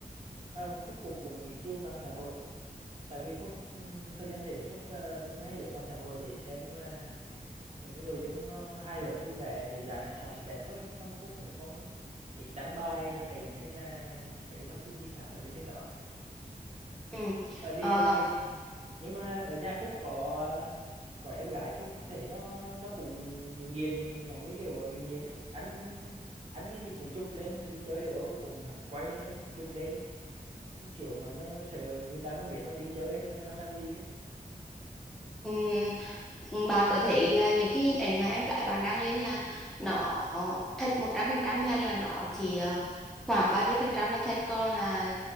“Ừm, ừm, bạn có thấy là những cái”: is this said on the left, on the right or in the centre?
Centre